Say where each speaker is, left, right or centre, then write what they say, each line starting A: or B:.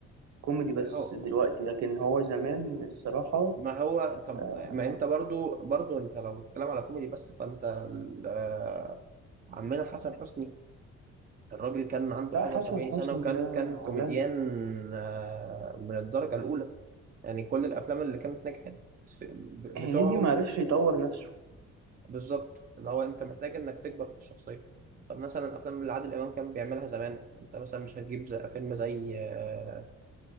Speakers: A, on the right (about 65°); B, on the right (about 30°).
A: كوميدي بس
B: اهو
A: دلوقتي لكن هو زمان الصراحة
B: ما هو طب
A: آه،
B: ما انت برضو برضو انت لو بتتكلم على كوميدي بس فانت ال- آه، عمنا حسن حسني الراجل كان عنده
A: لا
B: حاجة
A: حسن
B: وسبعين
A: حسني
B: سنة وكان
A: ده
B: كان كوميديان
A: عالمي
B: آه، من الدرجة الأولى يعني كل الأفلام اللي كانت نجحت في- ب-
A: هنيدي
B: بتوعهم
A: ما عرفش يطور نفسه
B: بالظبط اللي هو أنت محتاج إنك تكبر في الشخصية طب مثلا الأفلام اللي عادل إمام كان بيعملها زمان أنت مثلا مش هتجيب زي فيلم زي آه،